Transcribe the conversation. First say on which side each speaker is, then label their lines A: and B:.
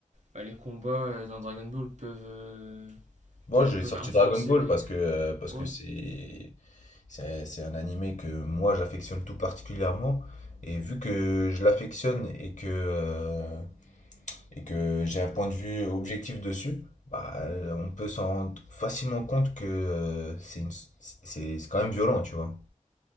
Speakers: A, on the right; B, on the left.
A: bah, les combats euh, dans Dragon Ball peuvent, euh,
B: Bon,
A: genre,
B: j'ai
A: peuvent
B: sorti
A: influencer
B: Dragon Ball
A: les.
B: parce que, euh, parce
A: Ouais,
B: que c'est, c'est un, c'est un animé que moi, j'affectionne tout particulièrement. Et vu que je l'affectionne et que, euh, et que j'ai un point de vue objectif dessus, bah, euh, on peut s'en rendre facilement compte que euh, c'est une- c'est c'est quand même violent, tu vois.